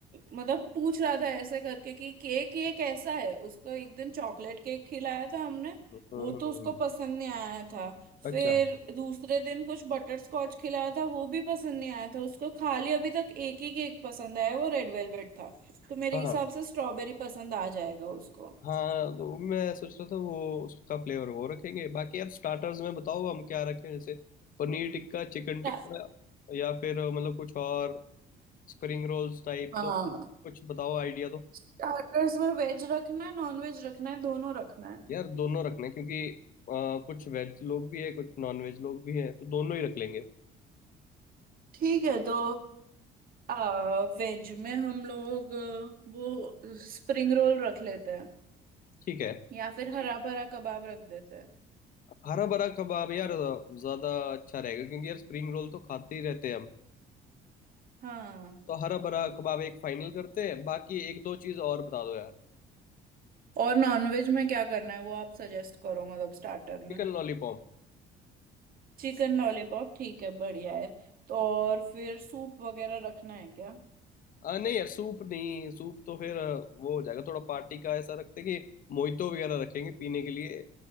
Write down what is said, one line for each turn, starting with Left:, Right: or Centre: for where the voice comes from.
Right: मतलब पूछ रहा था ऐसे करके कि केक ये कैसा है उसको एक दिन चॉकलेट केक खिलाया था हमने
Left: हम्म, हम्म,
Right: वो तो
Left: हम्म।
Right: उसको
Left: हम्म,
Right: पसंद नहीं आया था
Left: अच्छा
Right: फिर दूसरे दिन कुछ बटर स्कॉच खिलाया था वो भी पसंद नहीं आया था उसको खाली अभी तक एक ही केक पसंद आया वो रेड वेलवेट था तो मेरे
Left: हाँ
Right: हिसाब से स्ट्रॉबेरी पसंद आ जाएगा उसको
Left: हाँ तो मैं सोच रहा था वो उसका फ्लेवर वो रखेंगे बाकी यार स्टार्टर्स में बताओ हम क्या रखें जैसे पनीर टिक्का चिकन
Right: स्टा-
Left: टिक्का या फिर अ, मतलब कुछ और स्प्रिंग रोल्स टाइप
Right: हाँ
Left: तो कुछ बताओ आइडिया दो
Right: स्टार्टर्स में वेज रखना है नॉन वेज रखना है दोनों रखना है
Left: यार दोनों रखना है क्योंकि अ, कुछ वेज लोग भी है कुछ नॉन वेज लोग भी हैं तो दोनों ही रख लेंगे
Right: ठीक है तो आ, वेज में हम लोग अ, वो स्प्रिंग रोल रख लेते हैं
Left: ठीक है
Right: या फिर हरा भरा कबाब रख देते हैं
Left: हरा भरा कबाब यार ज़्यादा अच्छा रहेगा क्योंकि यार स्प्रिंग रोल तो खाते ही रहते हैं हम
Right: हाँ
Left: तो हरा भरा कबाब एक फाइनल करते हैं बाकी एक दो चीज़ और बता दो यार
Right: और नॉनवेज में क्या करना है वो आप सजेस्ट करो मतलब स्टार्टर में
Left: Chicken lollipop
Right: चिकन लॉलीपॉप ठीक है बढ़िया है तो और फिर सूप वगैरह रखना है क्या
Left: आ, नहीं यार सूप नहीं सूप तो फिर आ, वो हो जाएगा थोड़ा पार्टी का ऐसा रखते हैं कि मोहितो वगैरह रखेंगे पीने के लिए